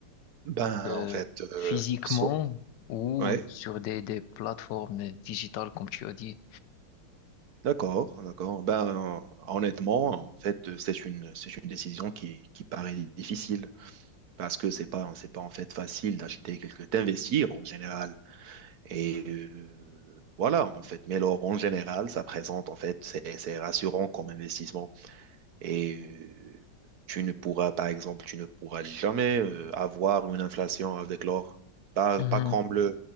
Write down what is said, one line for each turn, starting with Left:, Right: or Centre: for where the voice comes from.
Right: Ben,
Left: euh,
Right: en fait, euh,
Left: physiquement
Right: so-
Left: ou
Right: ouais,
Left: sur des, des plateformes digitales, comme tu as dit.
Right: d'accord, d'accord. Ben, honnêtement, en fait, c'est une, c'est une décision qui, qui paraît difficile. parce que c'est pas, c'est pas en fait facile d'acheter quelque, d'investir en général. Et euh, voilà, en fait. Mais l'or en général, ça présente, en fait, c'est, c'est rassurant comme investissement. Et euh, tu ne pourras, par exemple, tu ne pourras jamais euh, avoir une inflation avec l'or. Pas,
Left: Mhm.
Right: pas comme le,